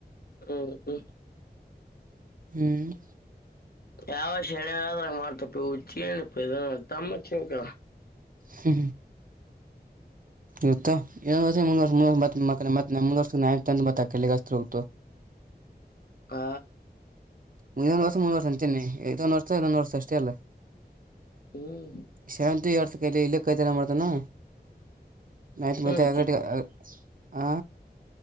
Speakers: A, on the left; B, on the right.
A: ಹ್ಮ್ ಹ್ಮ್
B: ಹ್ಮ್
A: ಯಾವ ಶಣೆದ್ರಾಗ ಮಾಡ್ತಪ್ಪ ಹುಚ್ಚಿನಪ್ಪ ಇದ ತಮ್ಮ ಶಕಲ್ಲ
B: ಹ್ಮ ಇತ್ತ ವರ್ರ್ರ್ ಮಳತ್ತೆಂದ ವರ್ಷ ನಂದ ಮತ್ತ ಕೆಗಸ್ ಹೋಗತು
A: ಆ
B: ಮುಂದೊಂದ ವರ್ ಮು ಮೂಂದ ವರ್ಷ ಅಂತೇನೆಐದ ಒಂದ್ ವರ್ಷ ಇ ಇದೊಂದ್ ವರ್ಷ ಅಷ್ಟೇ ಅಲ್ಲ
A: ಹ್ಮ್
B: ಶ್ಯಂತಿ ಯರ್ತ ಕಲ್ಲಿ ಇಲ್ಲ ಕೈತಾನ ಮಾಡ್ತಾನ ನೈಟ್ ಮಧ್ಯೆ
A: ಹ್ಮ್
B: ಅಗಡೆಗ ಹಾ